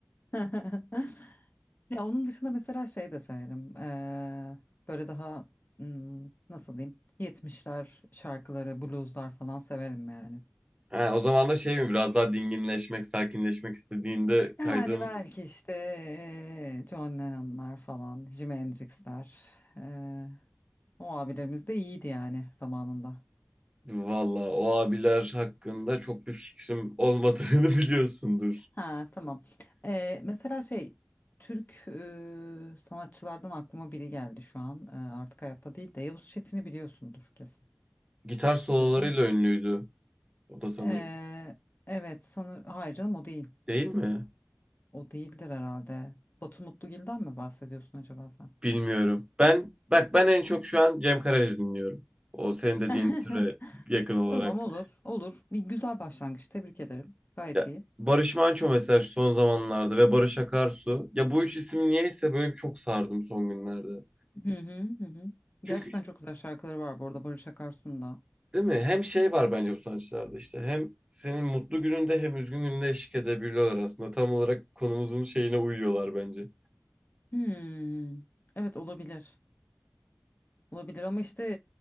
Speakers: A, on the left; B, on the right.
A: <laughs> Ya onun dışında mesela şey de severim. Eee, böyle daha hmm, nasıl diyeyim? Yetmişler şarkıları, blueslar falan severim yani.
B: Ha, o zaman da şey mi biraz daha dinginleşmek, sakinleşmek istediğinde kaydığım
A: Yani belki işte eee, John Lennon'lar falan, Jimi Hendrix'ler. eee, o abilerimiz de iyiydi yani zamanında.
B: valla o abiler hakkında çok bir fikrim olmadığını <laughs> biliyorsundur.
A: Ha tamam. Ee, mesela şey Türk e, sanatçılardan aklıma biri geldi şu an. Ee, artık hayatta değil de Yavuz Çetin'i biliyorsundur kesin.
B: Gitar sololarıyla
A: Duydun mu?
B: ünlüydü o da sanırım.
A: Ee, evet sanır. Hayır canım o değil.
B: Değil mi?
A: O değildir herhalde. Batu Mutlugil'den mi bahsediyorsun acaba sen?
B: Bilmiyorum. Ben bak ben en çok şu an Cem Karaca dinliyorum. O senin dediğin
A: <laughs>
B: türe yakın olarak.
A: Tamam olur. Olur. Bir güzel başlangıç. Tebrik ederim. Gayet
B: Ya,
A: iyi.
B: Barış Manço mesela şu son zamanlarda ve Barış Akarsu. Ya bu üç isim niyeyse böyle bir çok sardım son günlerde.
A: Hı hı hı. hı.
B: Çünkü
A: Gerçekten çok güzel şarkıları var bu arada Barış Akarsu'nda.
B: Değil mi? Hem şey var bence bu sanatçılarda işte. Hem senin mutlu gününde hem üzgün gününde eşlik edebiliyorlar aslında. Tam olarak konumuzun şeyine uyuyorlar bence.
A: Hmm. Evet olabilir. Olabilir ama işte e,